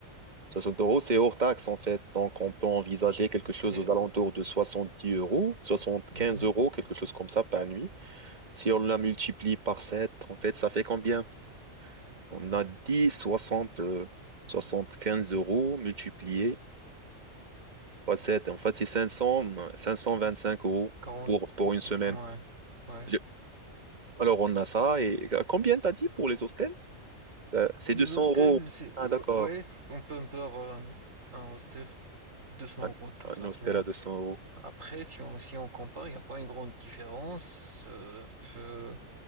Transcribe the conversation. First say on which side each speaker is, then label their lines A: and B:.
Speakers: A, on the right (about 35°); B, on the right (about 75°).
A: 60 euros, c'est hors taxe en fait, donc on peut envisager quelque
B: Ok.
A: chose aux alentours de 70 euros, 75
B: Mhm.
A: euros, quelque chose comme ça par nuit. Si on la multiplie par 7, en fait, ça fait combien? On a dit 60, euh, quinze euros multiplié Ouais, c'est- en fait, c'est 500, euh, 525 euros
B: 40...
A: pour, pour une semaine.
B: Ouais. Ouais.
A: Je- Alors, on a ça. Et euh, combien t'as dit pour les hostels? Euh, c'est
B: Les
A: deux cents
B: hostels,
A: euros.
B: c'est...
A: Ah, d'accord.
B: Ouais, on peut, on peut avoir un, un hostel 200
A: Un,
B: euros toute
A: un
B: la
A: hostel
B: semaine.
A: à 200 euros.
B: Après, si on, si on compare, il n'y a pas une grande différence. euh, euh,